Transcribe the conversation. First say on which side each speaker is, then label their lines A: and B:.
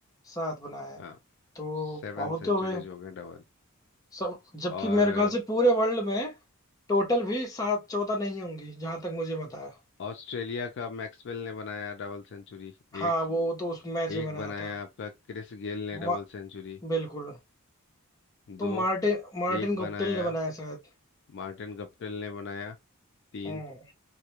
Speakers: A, on the left; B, on the left.
A: सात बनाए हैं।
B: हाँ
A: तो
B: सेवन
A: बहुत
B: सेंचुरीज
A: हो गए
B: हो गए डबल
A: सब जबकि
B: और
A: मेरे
B: अ,
A: ख्याल से पूरे वर्ल्ड में टोटल भी सात चौदह नहीं होंगी जहां तक मुझे बताया
B: ऑस्ट्रेलिया का मैक्सवेल ने बनाया डबल सेंचुरी
A: हाँ
B: एक
A: वो तो उस मैच में
B: एक
A: बनाया
B: बनाया
A: था
B: आपका क्रिस गेल ने
A: मा,
B: डबल सेंचुरी
A: बिल्कुल तो
B: दो
A: मार्टिन मार्टिन
B: एक बनाया
A: गुप्टिल ने बनाया शायद
B: मार्टिन गप्टिल ने बनाया तीन
A: हम्म।